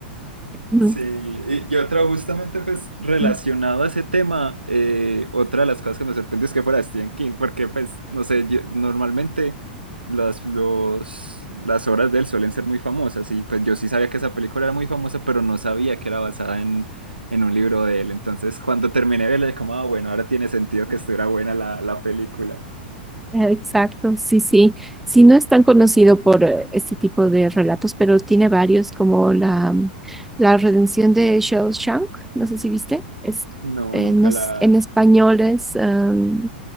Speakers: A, in the centre; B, on the right.
A: <laughs>
B: Sí, y, y otra justamente pues relacionado
A: No.
B: a ese tema, eh, otra de las cosas que me sorprendió es que fuera Stephen King, porque pues, no sé, yo- normalmente las, los, las obras de él suelen ser muy famosas y pues yo sí sabía que esa película era muy famosa, pero no sabía que era basada en, en un libro de él. Entonces cuando terminé de verla, como, ah, bueno, ahora tiene sentido que estuviera buena la, la película.
A: Eh, Exacto, sí, sí. Sí, no es tan conocido por eh, este tipo de relatos, pero tiene varios, como la, mm, la redención de Shawshank, no sé si viste, es,
B: No,
A: eh,
B: nunca
A: no s-
B: la,
A: en español es am,